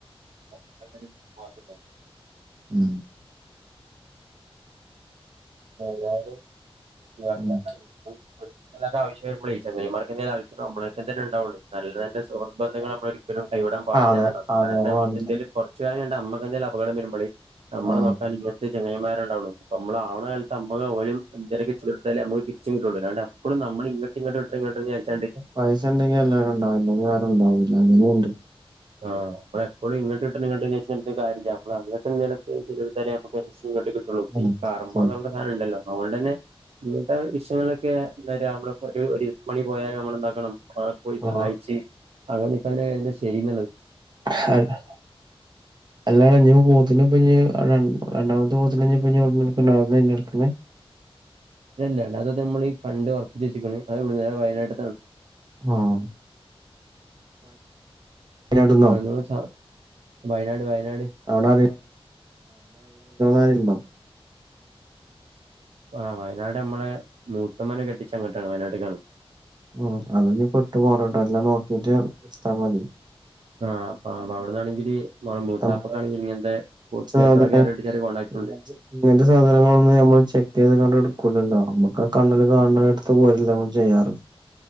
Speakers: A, on the right; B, on the right.
A: തൽകാലിം പാത്ത്ണ്ടോ
B: മ്.
A: ഏതായ്ലും <unintelligible>
B: ഉം
A: പൺ ണ്ടെ ആവശ്യ വെരുമ്പളയ് ചെങ്ങായ്‌മാരോക്കെ ആവശ്യതിന് <unintelligible> ഇണ്ടാവൊള്യ് നല്ല സുഹൃത്ബദ്ധങ്ങൾ നമ്മളൊ രും കൈവിടംപാടില്ലാന്നാണ്
B: അതെ അതെ
A: കാരണം നമുക്കന്തേൽ
B: പാടില്ല
A: കൊറ്ച്ചയ്ഞ നമ്മക്കെന്തെല് അപകടം വേരുമ്പളെയ് നമ്മളെ
B: ആഹ്
A: നോക്കാന് ഇങ്ങൻത്തെ ചങ്ങയ്ന്മാര്ണ്ടാവുള്ളു നമ്മള് ആവണ കാലത്ത് നമ്മക ഓലും എന്തെലൊക്കെ ഇച്ളി ടുത്താലേ നമ്മക്ക് തിരിച്ചും കിട്ടൊള്ളൂ അല്ലാന്ണ്ട് അപ്പോളും ന്നമ്മള് ഇങ്ങട്ട് ഇങ്ങ്ട്ട <unintelligible> വിജാര്ച്ങ്ങാണ്ടെ
B: പൈസണ്ടെങ്കിഎല്ലാരും ണ്ടാവും ല്ലെങ്കി ആരുംണ്ടാവൂല്ല അങ്ങനെണ്ട്
A: ആ, എപ്പളും ഇങ്ങട്ട് കിട്ടണ്ങ്ങാണ്ട് ന്ന്ച്ച കാര്യല്ല മ്മള് അങ്ങട്ട് എന്തെലൊക്കെ ചെയ്തോട്താലെ അമ്മകത് സു ഇങ്ങട്ട് കിട്ടു ട്ടൊളു
B: ഉം
A: ഈ കർമ്മന്ന്ള്ള
B: ശരി
A: സാനംണ്ടല്ലോ അതേണ്ടന്നെ <unintelligible> വിഷയങ്ങള ക്കെ ന്തച്ച നമ്മള <unintelligible> ഒര് മണി പോയാലും നമ്മളൊന്താക്കണം പോയി
B: ആഹ്
A: സഹായിച്ച് അങ്ങനെ നിക്കാനേ അയ്‌ന് ശരി ന്ന്ള്ളത്
B: ഹ ലൊ. അല്ലാ ഞ്ഞിപൊ പോത്തിന പഞ്ഞി രണ്ടാമത്തെ പോത് നെ ഞ്ഞിപഞ് അവ്ട്ന്നന്നെ എടുക്കണെ
A: തന്നെ അല്ലാതെ തമ്മള് കണ്ട് ഒർപ്പിച്ക്ണ് <unintelligible> വയനാട്ട്താണ്
B: ആഹ് വയനാട്ട്ന്നോ
A: <unintelligible> ച്ച വയനാട് വയനാട്
B: അവിടാരെലും അറീണോലാരെലുണ്ടോ
A: ആഹ് വയനാട് അമ്മളെ മൂത്തമ്മാനെ കെട്ടിച്ചെ അങ്ങട്ടാണ് വയനാട്ട്കാണ്
B: ഉം അതങ് പെട്ടു പോണട്ടോ എല്ലാം നോക്കീട്ട് എടുത്താമതി
A: ആഹ് ആഹ് അവിടുന്നാണെങ്കില് മ മൂത്താപ്പക്ക്
B: നമ്മള്
A: ആണെങ്കിൽ ഇങ്ങനത്തെ പോത്ത്
B: സാധന
A: കച്ചവടക്കാരുമായിട്ട് ചെറിയ കോൺടാക്ട്
B: ഇങ്ങനത്തെ
A: ണ്ട്
B: ഇങ്ങനത്തെ സാധനങ്ങളൊന്നും നമ്മള് ചെക്ക് ചെയ്ത് കണ്ട് എടുക്കൂലല്ലോ നമ്മുക്ക് ആ കണ്ണില് കാണണെ എടുത്ത് പോലല്ലെ നമ്മള് ചെയ്യാറ്